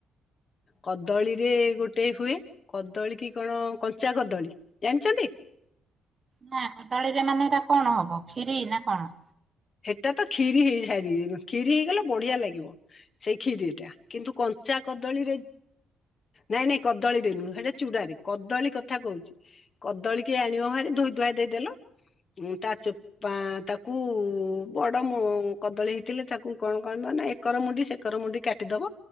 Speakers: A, on the left; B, on the right.
A: କଦଳୀରେ ଗୋଟେ ହୁଏ କଦଳୀ କି କଣ କଞ୍ଚା କଦଳୀ। ଜାଣିଛନ୍ତି
B: ନା କଦଳୀରେ ମାନେ ଏଟା କଣ ହବ ଖ୍ଷିରରି ନା କଣ?
A: ସେଟା ତ କ ଖ୍ଷୀରି ହେଇଯାଇ କ ଖ୍ଷୀରି ହେଇଗଲେ ବଢିଆ ଲାଗିବ ସେଇ ଖ୍ଷୀରିଟା। କିନ୍ତୁ କଞ୍ଚା କଦଳୀରେ ନାଇଁ ନାଇଁ କଦଳୀରେ ନୁହଁ ସେଇଟା ଚୂଡାରେ। କଦଳୀ କଥା କହୁଛି କଦଳୀ କି ଆଣିବ ଭାରି ଧୋଇ। ଧୁଆଇ ଦେଇଦେଲ ତା ଚୋ ତାକୁ ବଡ କଦଳୀ ହେଇଥିଲେ ତାକୁ କଣ କ ମାନ ଏକର ମୁଣ୍ଡି ସେକର ମୁଣ୍ଡି କାଟିଦବ।